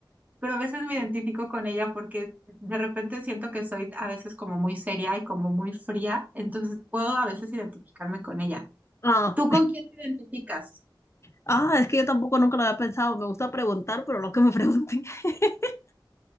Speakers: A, on the right; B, on the left.
A: pero a veces me identifico con ella porque de repente siento que soy a veces como muy seria y como muy fría, entonces puedo a veces identificarme con ella.
B: Ah,
A: ¿Tú con quién te identificas?
B: ah, es que yo tampoco nunca lo había pensado. Me gusta preguntar, pero no que me pregunten. <laughs>